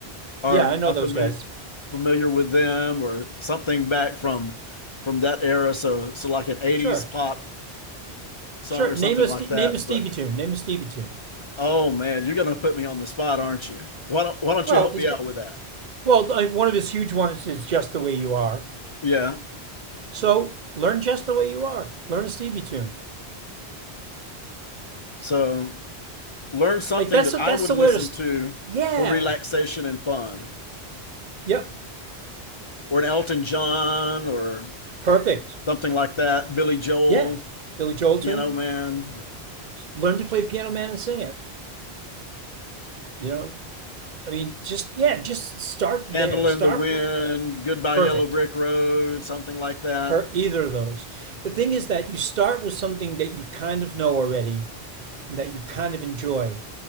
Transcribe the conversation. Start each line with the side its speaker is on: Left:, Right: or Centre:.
Left: are
Right: Yeah, I know
Left: are
Right: those
Left: familiar
Right: guys.
Left: familiar with them or something back from from that era. So so like an 80s
Right: Sure.
Left: pop song
Right: Sure.
Left: or something
Right: Name a
Left: like
Right: Ste
Left: that.
Right: name a Stevie
Left: But
Right: tune. Name a Stevie tune.
Left: oh man, you're gonna put me on the spot, aren't you? Why don't why don't
Right: Well,
Left: you help
Right: he's
Left: me
Right: good.
Left: out with that?
Right: Well, uh, one of his huge ones is "Just the Way You Are."
Left: Yeah.
Right: So learn just the way you are. Learn a Stevie tune.
Left: So learn something
Right: Like that's
Left: that
Right: that's
Left: I would
Right: the
Left: listen
Right: way to. St-
Left: to
Right: yeah.
Left: for relaxation and fun.
Right: Yep.
Left: Or an Elton John or
Right: Perfect.
Left: something like that. Billy Joel,
Right: Yeah. Billy Joel tune.
Left: Piano Man,
Right: Learn to play Piano Man and sing it. You know. I mean, just yeah, just start
Left: Candle
Right: there. Start
Left: in the Wind,
Right: with
Left: Goodbye
Right: perfect.
Left: Yellow Brick Road, something like that.
Right: Per either of those. The thing is that you start with something that you kind of know already and that you kind of enjoy,